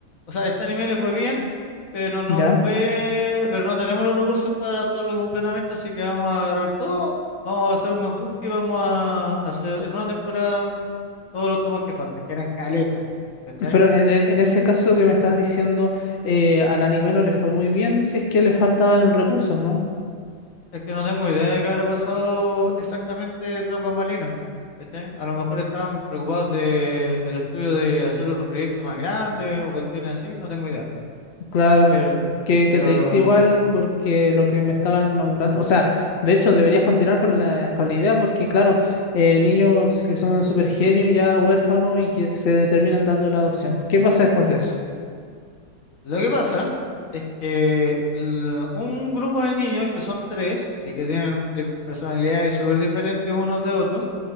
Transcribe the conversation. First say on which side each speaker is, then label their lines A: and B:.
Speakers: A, on the left; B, on the left.
A: o sea, este anime le fue bien, pero no
B: Ya.
A: fue, pero no tenemos los recursos para adaptarlo completamente, así que vamos a agarrar todo, vamos a hacer un menjurje y vamos a hacer en una temporada todos los tomos que faltan, que eran caleta, ¿cachai?
B: Pero en, en- en ese caso que me estás diciendo, eh, al anime no le fue muy bien, si es que le faltaban recursos, ¿no?
A: Es que no tengo idea de qué habrá pasado exactamente tras bambalinas, ¿cachai? A lo mejor estaban preocupados de el estudio de hacer otro proyecto más grande o cuestiones así, no tengo idea,
B: Claro.
A: pero,
B: Que,
A: pero...
B: que te diste igual porque
A: Sí.
B: lo que me estaban nombrando. O sea, de hecho, deberías continuar con la, con la idea porque, claro, eh, niños que son super genios, ya huérfanos y que se terminan dando en adopción. ¿Qué pasa después de eso?
A: Lo que pasa es que l- un grupo de niños, que son tres y que tienen di- personalidades súper diferentes unos de otros,